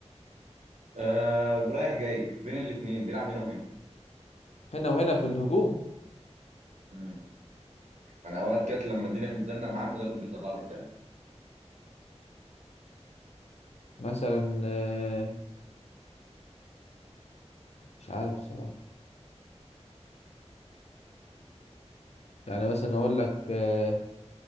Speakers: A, on the right; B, on the left.
A: آه رايح جاي بين الاثنين بيلعب هنا وهنا
B: هنا وهنا في الهجوم
A: مم. انا اوقات كانت لما الدنيا بتزنق معاه المدرب بيطلع له قدام
B: مثلا آه... مش عارف صراحة يعني مثلا اقول لك آه...